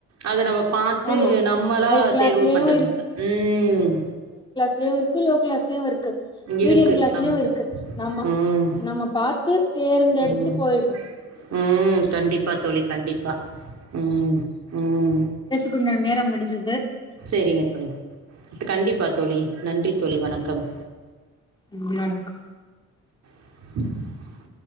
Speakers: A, on the right; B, on the left.
A: அத நம்ம பாத்து
B: ஆமா
A: நம்மளா
B: ஹை கிளாஸ்லயு
A: தேர்வு பண்றது மாரிதா ம்
B: லயு இருக் கு லோ கிளாஸ்லயு இருக்கு மீடியம்
A: இருக்கு.
B: கிளாஸ்லயு
A: நம்
B: இருக்கு நம்ம
A: ம்.
B: நம்ம பாத்து தேர்ந்தெடுத்து
A: ம்.
B: போயிடணு.
A: ம் கண்டிப்பா தோழி கண்டிப்பா ம் ம்
B: கும் நே நேரம் முடிஞ்சது
A: செரிங்க தோழி க கண்டிப்பா தோழி நன்றி தோழி வணக்கம்.
B: ம் வணக்கம்.
A: <inaudible>